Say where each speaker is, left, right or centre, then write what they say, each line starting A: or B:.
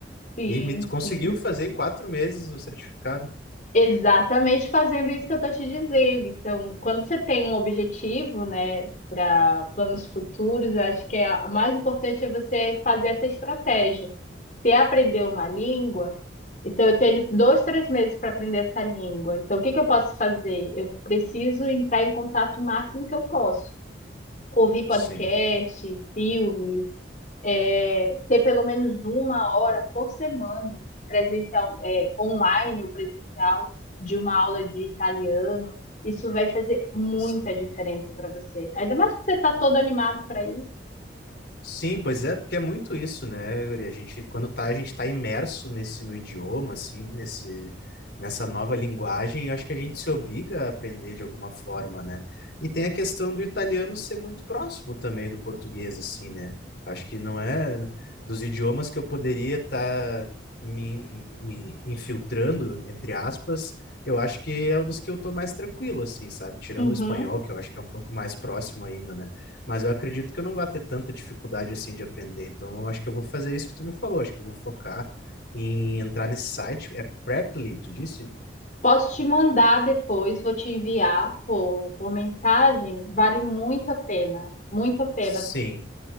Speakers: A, on the left (about 45°); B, on the left (about 70°).
A: Sim,
B: E me tu conseguiu
A: sim.
B: fazer em quatro meses o certificado?
A: Exatamente fazendo isso que eu estou te dizendo. Então, quando você tem um objetivo, né, para planos futuros, eu acho que é a- mais importante é você fazer essa estratégia. Você aprender uma língua, então eu tenho dois, três meses para aprender essa língua. Então, o que que eu posso fazer? Eu preciso entrar em contato o máximo que eu posso ouvir podcast,
B: Sim,
A: filmes, é, ter pelo menos uma hora por semana presencial, é, online ou presencial de uma aula de italiano. Isso vai fazer muita
B: sim.
A: diferença para você. Ainda mais que você está todo animado para ir.
B: Sim, pois é, porque é muito isso, né, Guri? A gente, quando tá, a gente tá imerso nesse no idioma, assim, nesse, nessa nova linguagem, eu acho que a gente se obriga a aprender de alguma forma, né? E tem a questão do italiano ser muito próximo também do português, assim, né? Acho que não é dos idiomas que eu poderia estar me, me infiltrando, entre aspas, eu acho que é um dos que eu tô mais tranquilo, assim, sabe? Tirando
A: Uhum.
B: o espanhol, que eu acho que é um pouco mais próximo ainda, né? Mas eu acredito que eu não vá ter tanta dificuldade assim de aprender. Então, eu acho que eu vou fazer isso que tu me falou. Acho que eu vou focar em entrar nesse site. É Preply, tu disse?
A: Posso te mandar depois, vou te enviar por, por mensagem. Vale muito a pena, muito a pena.
B: Sim,